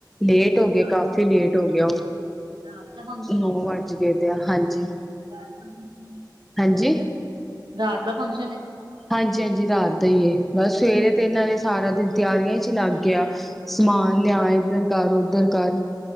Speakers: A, in the centre; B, on the right.
A: ਲੇਟ ਹੋ ਗਏ
B: ਰਾਤ
A: ਕਾਫੀ ਲੇਟ ਹੋ ਗਏ।
B: ਰਾਤ ਦਾ ਫੰਕਸ਼ਨ
A: ਨੋ
B: ਹੈ
A: ਵਜ ਗਏ ਤੇ ਹਾਂਜੀ।
B: ਰਾਤ ਦਾ ਫੰਕਸ਼ਨ ਹੈ
A: ਹਾਂਜੀ
B: ਰਾਤ ਦਾ ਫੰਕਸ਼ਨ ਹੇ।
A: ਹਾਂਜੀ-ਹਾਂਜੀ ਰਾਤ ਦਾ ਹੀ ਹੈ ਬਸ ਸਵੇਰੇ ਤੇ
B: ਅੱਛਾ
A: ਇਹਨਾਂ ਨੇ ਸਾਰਾ ਦਿਨ ਤਿਆਰੀਆਂ ਚ ਹੀ ਲੱਗ ਗਿਆ। ਸਮਾਨ
B: ਅੱਛਾ
A: ਲਿਆ ਇਧਰ ਕਰ ਉਧਰ ਕਰ